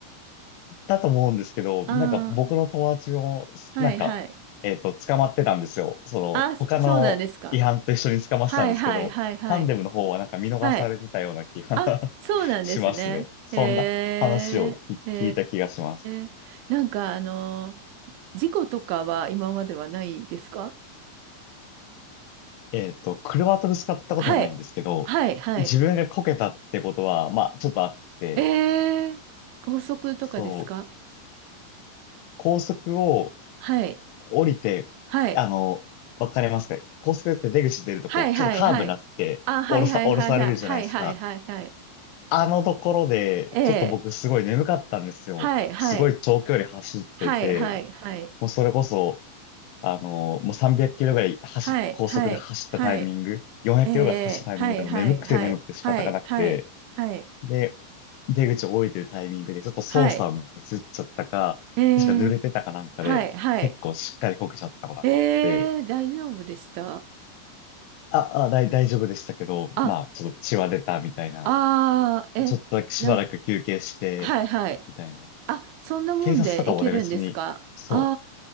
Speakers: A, on the left; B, on the right.
A: だと思うんですけど、
B: あー、
A: なんか僕の友達も、
B: はい、
A: なんか、
B: はい。
A: えっと、捕まってたんですよ。その、
B: あ、そそうなんですか。
A: 他の違反と一緒に捕まってたんですけど、
B: はい、はい、はい、はい。
A: タンデムの方はなんか見逃されてたような気が
B: はい。あ、
A: <laughs>
B: そうなんですね。
A: しますね。そんな話をき聞いた気がします。
B: へえ、へえ。なんか、あの、事故とかは今まではないですか
A: えっと、車とぶつかったことはないんですけど、
B: はい。はい、はい。
A: 自分がこけたってことは、まあ、ちょっとあって、
B: ええ、高速とかですか
A: そう、高速を
B: はい。
A: 降りて、
B: はい。
A: あの、わかりますか高速って出口出るとこう、
B: はい、
A: ちょっとカーブになって、
B: はい、はい。あ、はい、
A: 降ろさ、
B: はい、
A: 降ろされるじゃないですか。
B: はい、はい。はい、はい、はい、はい。
A: あのところで、
B: ええ。
A: ちょっと僕すごい眠かったんですよ。
B: はい、はい。
A: すごい長距離走ってて、
B: はい、はい、はい。
A: もうそれこそ、あの、もう300キロぐらい走、
B: はい、
A: 高速で走ったタイミング、
B: はい、はい。
A: 400キロぐらい走ったタイミングでも眠くて眠くて仕方がなくて、
B: ええ。はい、はい、はい。はい、はい、はい。
A: で、出口を降りてるタイミングでちょっと操作をミスっちゃったか、
B: はい。ええ。
A: 確か濡れてたかなんかで、
B: はい、はい。
A: 結構しっかりこけちゃったことがあって、
B: ええ、大丈夫でした
A: あ、あ、大大丈夫でしたけど、
B: あ、
A: まあ、ちょっと血は出たみたいな。
B: ああ、え、
A: ちょっとだけしばらく休憩して、
B: なん、はい、はい。
A: みたいな。
B: あ、そんなもんでいけるんですかあ
A: 警察とかもね、別に、そ